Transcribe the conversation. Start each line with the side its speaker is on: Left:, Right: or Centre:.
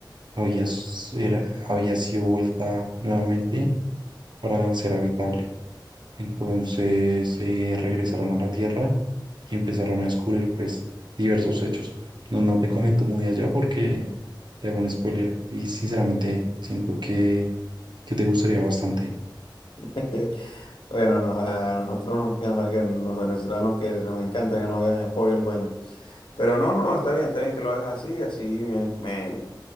Right: había, s- era- había sido vuelta nuevamente para ser habitable. Entonces, eh, regresaron a la tierra y empezaron a descubrir, pues, diversos hechos. No, no te comento muy allá porque te hago un spoiler y sinceramente siento que, que te gustaría bastante.
Left: <laughs> Bueno, nos- a nosotros nos, nos- que los venezolanos que nos encantan que nos hagan spoiler, bueno. Pero no, no, está bien, está bien que lo hagas así, así me, me,